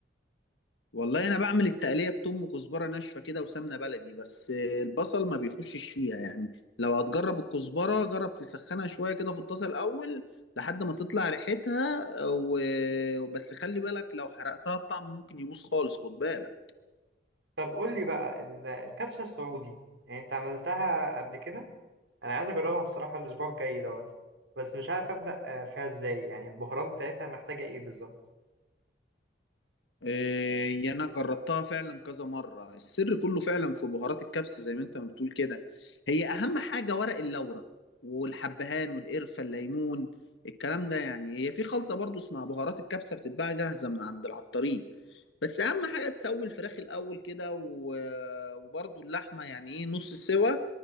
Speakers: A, on the left; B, on the right.
A: والله انا بعمل التقليه بتوم وكزبره ناشفه كده وسمنه بلدي بس البصل ما بيخشش فيها يعني لو هتجرب الكزبره جرب تسخنها شويه كده في الطاسه الاول لحد ما تطلع ريحتها و- وبس خلي بالك لو حرقتها الطعم ممكن يبوظ خالص خد بالك
B: طب قول لي بقى ال- الكبسة السعودي يعني أنت عملتها قبل كده أنا عايز أجربها الصراحة الأسبوع الجاي دوت بس مش عارف أبدأ آه، فيها إزاي يعني البهارات بتاعتها محتاجة إيه بالظبط
A: إيه، انا جربتها فعلا كذا مره السر كله فعلا في بهارات الكبسه زي ما انت ما بتقول كده هي اهم حاجه ورق اللورة والحبهان والقرفه الليمون الكلام ده يعني هي في خلطه برضو اسمها بهارات الكبسه بتتباع جاهزه من عند العطارين بس اهم حاجه تسوي الفراخ الاول كده و... وبرضو اللحمه يعني ايه نص سوا